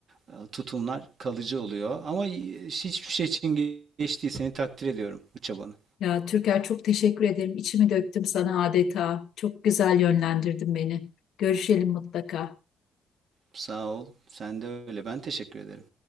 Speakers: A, on the right; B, on the left.
A: e, tutumlar kalıcı oluyor. Ama hiçbir şey için geçtiği seni takdir ediyorum bu çabanı.
B: Ya Türker çok teşekkür ederim. İçimi döktüm sana adeta. Çok güzel yönlendirdin beni. Görüşelim mutlaka.
A: Sağ ol. Sen de öyle. Ben teşekkür ederim.